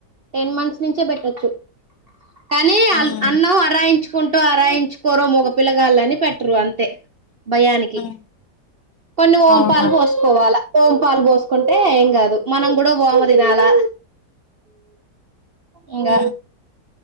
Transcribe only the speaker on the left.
ఉమ్
ఉమ్
అవునా
ఉమ్